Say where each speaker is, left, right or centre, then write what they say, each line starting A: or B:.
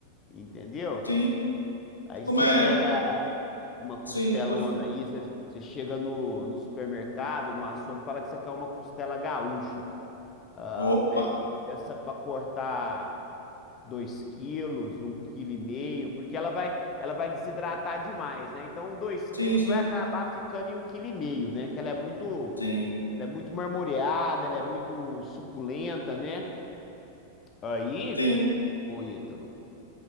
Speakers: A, on the left (about 30°); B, on the left (about 80°).
A: entendeu?
B: Sim.
A: Aí
B: Como
A: você
B: é?
A: pega uma costelona
B: Sim, pode falar.
A: aí, você você chega no, no supermercado, no açougue, fala que você quer uma costela gaúcha. Ah,
B: Opa,
A: pede peça para cortar 2 quilos, um quilo e meio, porque ela vai, ela vai desidratar demais, né? Então dois quilos
B: sim, sim,
A: vai acabar ficando em um quilo e meio, né? Que ela é muito,
B: sim,
A: ela é muito marmoreada, ela é muito suculenta, né? Aí,
B: sim,
A: ô Ítalo,